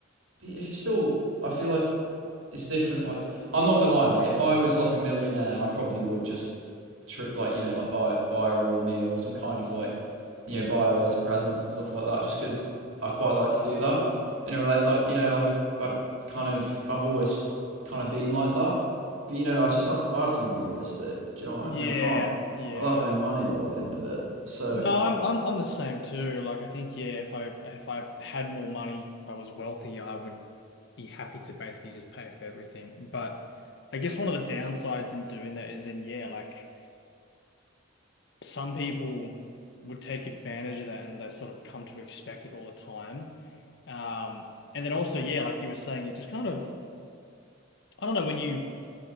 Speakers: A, on the right (about 75°); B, on the left (about 60°).
A: if you still, I feel like it's different. Like I'm not gonna lie, mate. If I was like a millionaire, I probably would just tr- like you know like buy buy her all her meals and kind of like you know buy her loads of presents and stuff like that. Just because I quite like to do that in a relate like you know like I, I kind of I've always kind of been like that. But you know I just have to I have to be realistic. Do you know what
B: Yeah.
A: I mean? I can't.
B: Yeah.
A: I'll have no money by the end of it. So
B: No, I'm I'm I'm the same too. Like I think yeah, if I if I had more money, if I was wealthy, I would be happy to basically just pay for everything. But I guess one of the downsides in doing that is in yeah, like some people would take advantage of that and they sort of come to expect it all the time. Um, and then also, yeah, like you were saying, it just kind of, I don't know, when you